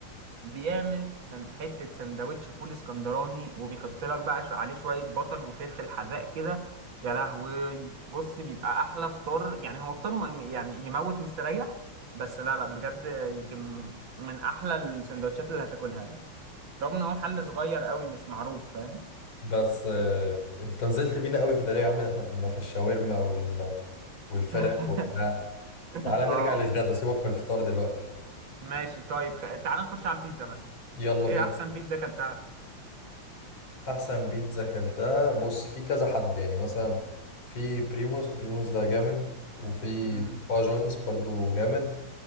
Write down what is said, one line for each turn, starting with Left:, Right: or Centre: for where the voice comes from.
Right: بيعمل سن- حتة سندوتش فول اسكندراني وبيحط لك بقى شو- عليه شوية بصل وفلفل حراق كده يا لهوي بص بيبقى أحلى فطار يعني هو فطار م- يعني يموت مستريح بس لا لا بجد يمكن من أحلى السندوتشات اللي هتاكلها يعني رغم إن هو محل صغير قوي مش معروف فاهم
Left: بس آه، انت نزلت بينا قوي كده ليه يا عم ده احنا كنا في الشاورما وال... والفراخ
Right: <laughs>
Left: وبتاع تعالى نرجع
Right: اه
Left: للغدا سيبك من الفطار دلوقتي
Right: ماشي طيب خ... تعال نخش على البيتزا مثلا
Left: يلا
Right: إيه
Left: بينا
Right: أحسن بيتزا أكلتها؟
Left: احسن بيتزا اكلتها بص في كذا حد يعني مثلا في بريموس بريموس ده جامد وفي
Right: مم.
Left: بابا جونز برضو جامد